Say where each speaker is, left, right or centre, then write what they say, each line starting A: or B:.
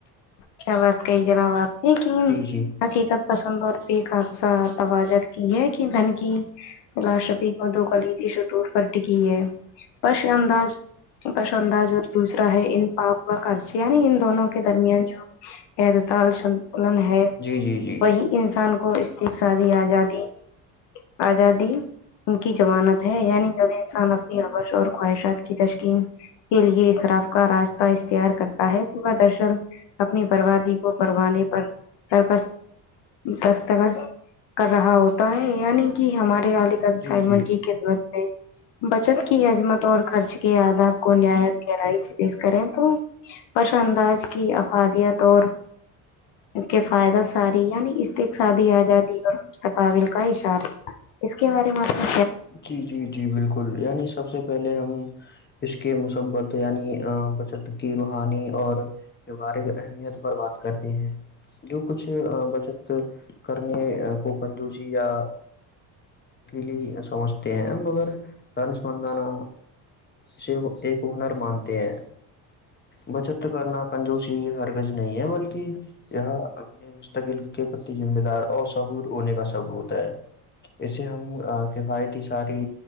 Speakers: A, on the left; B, on the left.
A: کیا بات کہی جناب آپ نے کہ
B: جی جی
A: حقیقت پسند اور پ حادثہ توجت کی ہے کہ دھن کی فلاشفی کو دو قدتی سےتور پر ٹکی ہے پرشداز بس انداز اور دوسرا ہے ان پاپ خچ یعنی ان دونوں کے درمیان جو پیدتال لن ہے
B: جی جی جی
A: وہی انسان کو استق شادی آزادی آزادی ان کی مانت ہے یعنی جب انسان اپنی روش اور خواہشات کی تشکین کے لیے اس طرف کا راستہ تار کرتا ہے تو وہ درصل اپنی بربادی کو پروانے پر سر پر دستخط کر رہا ہوتا ہے یعنی کہ ہمارے وال
B: جی
A: سائی
B: جی
A: من کی خدمت میں بچت کی عجمت اور خرچ کے آداب کو نہایت گہرائی سے پیش کریں تو پش انداز کی افادیت اور کے فائدہ ساری یعنی است ایک سادی آزادی اور مستقابل کا اشارہ اس کے بارے میں آپنا
B: جی جی جی بالکل یعنی سب سے پہلے ہم اس کے مثبت یعنی بچت کی روحانی اور ووہارک اہمیت پر بات کرتے ہیں جو کچھ بچت کرنی کوکنندو جی یا لی سمجھتے ہیں مگر دانشمندانہ سے ایک ہنر مانتے ہیں بچت کرنا کنجوسی ہر کز نہیں ہے بلکہ یہاں اپنے مستقل کے پرتی ذمہ دار اشہور ہونے کا سب ہوتا ہے اسے ہم کفایتی ساری